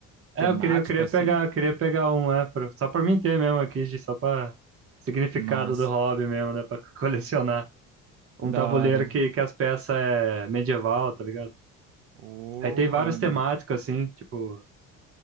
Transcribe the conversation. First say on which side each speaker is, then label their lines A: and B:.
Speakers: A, on the right (about 80°); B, on the right (about 35°).
A: temático,
B: É, eu queria, eu queria
A: assim,
B: pegar, eu queria pegar um, é, pra- só pra mim ter mesmo aqui, de- só pra significado
A: mas
B: do hobby mesmo, né, pra <laughs> colecionar. um
A: da
B: tabuleiro
A: hora.
B: que, que as peças é medieval, tá ligado?
A: Ô,
B: Aí tem vários
A: mano.
B: temáticos, assim, tipo,